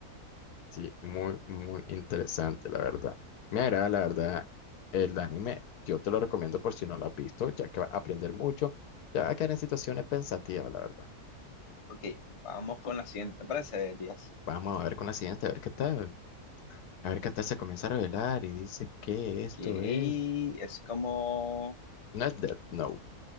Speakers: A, on the left; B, on the left.
A: Sí, muy, muy interesante, la verdad. Me agrada, la verdad, el anime. Yo te lo recomiendo por si no lo has visto, ya que vas a aprender mucho. Ya va a quedar en situaciones pensativas, la verdad.
B: Ok, vamos con la siguiente, ¿te parece, Elías?
A: Vamos a ver con la siguiente, a ver qué tal. A ver qué tal se comienza a revelar y dice que
B: Ok,
A: esto es.
B: es como...
A: No es Death Note,